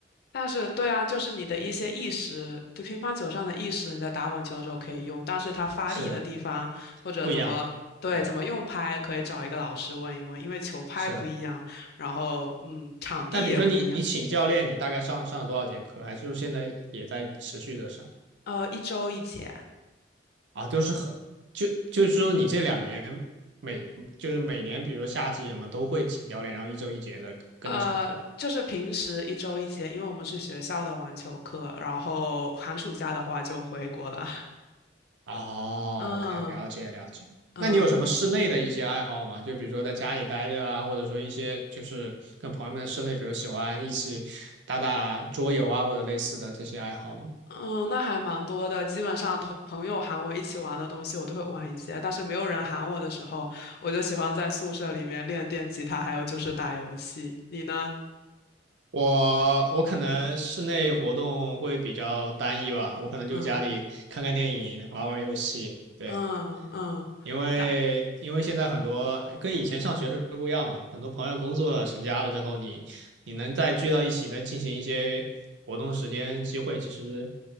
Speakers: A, on the left (about 60°); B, on the right (about 70°).
A: 但是，对啊，就是你的一些意识，就乒乓球上的意识，你在打网球的时候可以用，但是它发力的地方或者怎么对怎么用拍，
B: 是的，不一样，对，
A: 可以找一个老师问一问，因为球拍不一样，
B: 是的。
A: 然后嗯，场地也不一样，
B: 那比如说你你请教练，
A: 嗯，
B: 你大概上上了多少节课？还是说现在也在持续的上？
A: 呃，一周一节，
B: 啊，都是很就就是说你这两年每就是每年，比如说夏季什么都会请教练，然后一周一节的跟着上课。
A: 呃，就是平时一周一节，因为我们是学校的网球课，然后寒暑假的话就回国了，
B: 哦，OK，
A: <laughs> 嗯
B: 了解了解。
A: 嗯。
B: 那你有什么室内的一些爱好吗？就比如说在家里待着啊，或者说一些就是跟朋友们在室内，比如喜欢一起打打桌游啊，或者类似的这些爱好吗？
A: 嗯，那还蛮多的。基本上同朋友喊我一起玩的东西，我都会玩一些。但是没有人喊我的时候，我就喜欢在宿舍里面练电吉他，还有就是打游戏。你呢？
B: 我我可能室内活动会比较单一吧，我可能就家里看看电影，
A: 嗯
B: 玩玩游戏，对。
A: 嗯嗯，
B: 因为因为现在很多跟以前上学是不一样嘛，
A: 打
B: 很多朋友工作了、成家了之后，你你能再聚到一起，再进行一些活动时间机会，其实